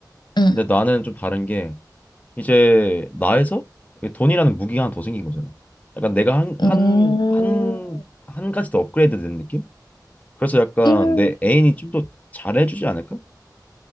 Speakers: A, on the left (about 80°); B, on the left (about 20°).
A: 응.
B: 근데 나는 좀 다른 게 이제 나에서 돈이라는 무기가 하나 더 생긴 거잖아. 약간 내가 한, 한,
A: 음.
B: 한, 한 가지 더 업그레이드 된 느낌? 그래서 약간
A: 음.
B: 내 애인이 좀 더 잘해주지 않을까?